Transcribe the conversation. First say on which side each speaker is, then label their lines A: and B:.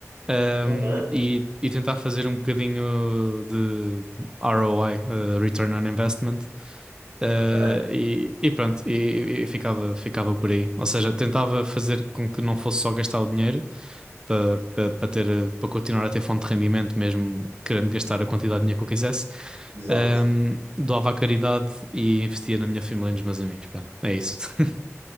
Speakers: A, on the right (about 15°); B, on the right (about 55°).
A: ehm,
B: Uhum.
A: e, e tentar fazer um bocadinho de ROI, eh, Return on Investment, eh,
B: Ok.
A: e, e pronto, e, e- e ficava, ficava por aí. Ou seja, tentava fazer com que não fosse só gastar o dinheiro, para para- para ter, para continuar a ter fonte de rendimento, mesmo querendo gastar a quantidade de dinheiro que eu quisesse.
B: Exato.
A: Ahm, doava à caridade e investia na minha família e nos meus amigos. Pronto, é isso. <laughs>